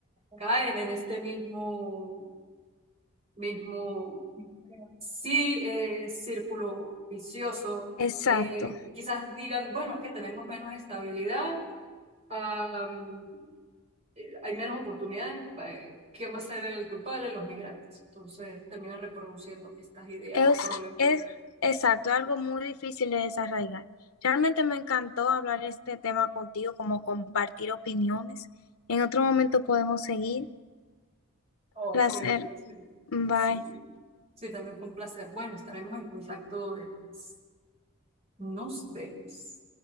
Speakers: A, on the right (about 30°); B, on the left (about 85°).
A: caen en este mismo mismo, sí, eh, círculo vicioso.
B: Exacto.
A: Eh, quizás digan, bueno, es que tenemos menos estabilidad, am, eh, hay menos oportunidades, eh, ¿quién va a ser el culpable? Los migrantes. Entonces terminan reproduciendo estas ideas
B: Es,
A: problemáticas.
B: es exacto, algo muy difícil de desarraigar. Realmente me encantó hablar este tema contigo, como compartir opiniones. En otro momento podemos seguir.
A: Ok,
B: Placer.
A: sí,
B: Bye.
A: sí, sí, también fue un placer. Bueno, estaremos en contacto después. Nos vemos.